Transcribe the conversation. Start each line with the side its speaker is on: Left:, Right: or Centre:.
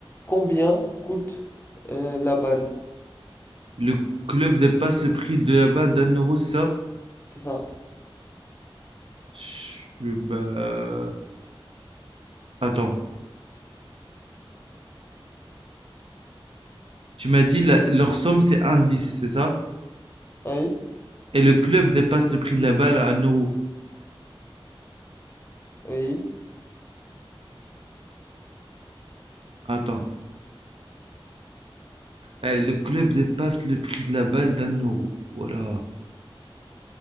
Left: Combien coûte euh, la balle?
Right: Le club dépasse le prix de la balle d'un euro, c'est ça?
Left: C'est ça.
Right: Je- bah, attends. Tu m'as dit, la- leur somme, c'est un dix, c'est ça?
Left: Oui?
Right: Et le club dépasse le prix de la balle à un euro.
Left: Oui?
Right: Attends. Eh, le club dépasse le prix de la balle d'un euro. Voilà.